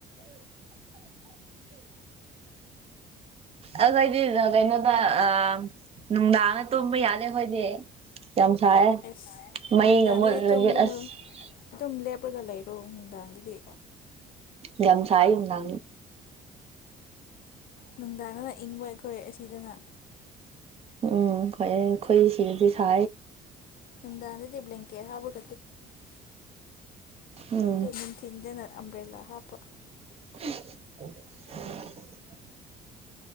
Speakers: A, on the right; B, on the left.
A: ꯑꯈꯣꯏꯗꯤ ꯔ ꯀꯩꯅꯣꯗ ꯑ ꯅꯨꯡꯗꯥꯡꯗ ꯇꯨꯝꯕ ꯌꯥꯂꯦ ꯑꯩꯈꯣꯏꯗꯤ ꯌꯥꯝ ꯁꯥꯏꯌꯦ
B: ꯑꯦꯁ
A: ꯃꯩꯒ
B: ꯅꯨꯡꯗꯥꯡꯗꯗꯤ
A: ꯃꯨꯠꯂꯗꯤ
B: ꯇꯨꯝꯒꯅꯨ
A: ꯑꯁ
B: ꯇꯨꯝ ꯂꯦꯞꯄꯒ ꯂꯩꯔꯣ ꯅꯨꯡꯗꯥꯡꯗ ꯗꯤ
A: ꯂꯝ ꯁꯥꯏꯌꯦ ꯅꯨꯡꯗꯥꯡ
B: ꯅꯨꯡꯗꯥꯡꯗꯅ ꯏꯪꯕ ꯑꯩꯈꯣꯏ ꯑꯁꯤꯗꯅ
A: ꯎꯝ ꯈꯣꯑꯦ ꯑꯩꯈꯣꯏ ꯁꯤꯗꯗꯤ ꯁ
B: ꯅꯨꯡꯗꯥꯡꯗꯗꯤ <unintelligible>
A: ꯎꯝ
B: ꯑꯗꯨ ꯅꯨꯡꯊꯤꯟꯗꯅ ꯑꯝꯕ꯭ꯔꯦꯂꯥ ꯍꯥꯞꯄ
A: <unintelligible>